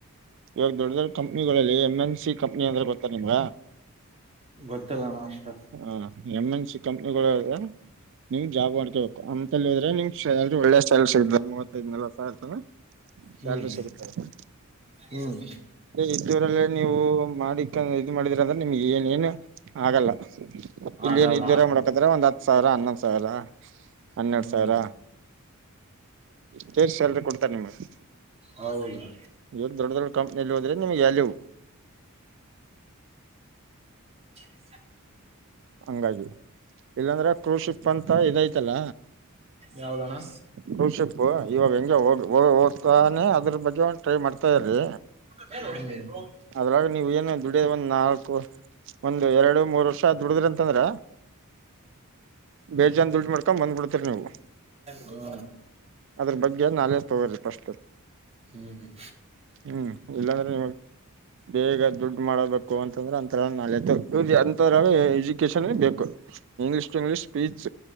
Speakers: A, on the right; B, on the right.
A: ಇವಾಗ ದೊಡ್ಡ ದೊಡ್ ಕಂಪ್ನಿಗಳಲ್ಲಿ ಎಂ ಎನ್ ಸಿ ಕಂಪ್ನ ಅಂದ್ರೆ ಗೊತ್ತ ನಿಮ್ಗ
B: ಗೊತ್ತಲ್ಲಣ ಅಸ್ಟ
A: ಹ ಎಮ್ ಎನ್ ಸಿ ಕಂಪ್ನಿಗಳು್ರೆ ನಿ್ ಜಾಬ್ ಮಾಡ್ಕೋಬೇಕು ಅಂತಲ್ಲಿ್ರೆ ನಿ್ಾಲ ಒಳ್ಳೆ ಸಲ್ ಮೂವತ್ತದ್ ನ ಸಾವಿರ
B: ಹ್ಮ್
A: ಸಲ್ರಿ ಸಿಗತದೆ
B: ಹ್ಮ್
A: ಇದೂರಲ್ಲ ನೀವು ಮಾಡಿ ಇದ ಮಾಡಿದ್ರ ಅಂದ್ರೆ ನಿಮ್ಗೆ ಏನ ಏನು ಆಗಲ್ಲ ಇಲ್ಲಿ
B: ಆಗಲ್ಲ
A: ಏನ್ ಇದೂರ
B: ಆಗಲ್ಲ
A: ಮಾಡಕ್ರ ಒಂದ್ ಹತ್ತು ಸರಾ ಅನ್ನ ಸರಾ ಹನ್ನೆರಡು
B: ಹ್ಮ್
A: ಸಾವಿರ ಷ್ಟ್ ಸ್ಯಾಲ್ರಿ ಕೊಡ್ತಾರೆ ನಿಮ್ಗೆ
B: ಹೌದಾ
A: ಎ ದೊಡ್ಡ ದೊಡ್ಡ ಕಂಪ್ನಿ ಅಲ್ಲಿ ವ್ಯಾಲ್ಯೂ
B: ಹ
A: ಹಂಗಾಗಿ ಇಲ್ಲಾಂದ್ರೆ ಕ್ರೂಶಿಪ್ ಅಂತ ಇದೈತಲ್ಲ
B: ಯಾವ್ದಣ್ಣ
A: ಕೂಶಿಪ್ ಇವಾಗ ಹೆಂಗಗೆ ಹೋಗ ಹೋಗ್ತಾನೆ ಅದ್ರ ಬಗ್ಗೆ ಟ್ರೈ ಮಾಡ್ತಾರಿ
B: ಹ್ಮ್
A: ಅದ್ರಾಗ ನೀವ ಏನು ದುಡ ಒಂದ್ ನಾಲ್ಕು ಒಂದ್ ಎರಡು ಮೂರ್ ವರ್ಷ ದುಡಿದ್ರ ಅಂತಂದ್ರ ಬೇಜನ್ ದುಡ್ಡು ಮಾಡ್ಕೊಂಡ ಬಂದ್ಬಿಡ್ತರಿ ನೀವು
B: ಹೌದು
A: ಅದ್ರ ಬಗ್ಗೆ ನೆ ತಗೋ್ರಿ ಪಸ್ಟು
B: ಹ್ಮ್ ಹ್ಮ್
A: ಹ್ಮ್ ಇಲ್ಲಾಂದ್ರೆ ನಿ ಬೇಗ ದುಡ್ಡು ಮಾಡಬೇಕು ಅಂತ ಂದ್ರ ಅಂಥರ ನಳೆ ಅಂರ ಎಜುಕೇಶಷನ್ ಬೇಕ ಇಂಗ್ಲೀಷ್ ಟ ಇ್ಲೀಷ್ ಪಚ್